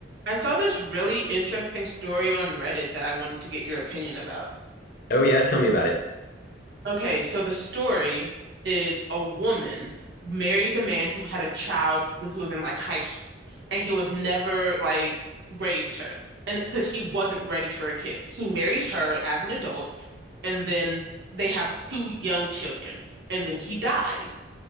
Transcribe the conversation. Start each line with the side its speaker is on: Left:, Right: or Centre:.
Right: I saw this really interesting story on Reddit that I wanted to get your opinion about.
Left: Oh yeah, tell me about it.
Right: Okay, so the story is a woman marries a man who had a child when he was in like high school, and he was never like raised her, and because he wasn't ready for a kid, he marries her as an adult, and then they have two young children, and then he dies.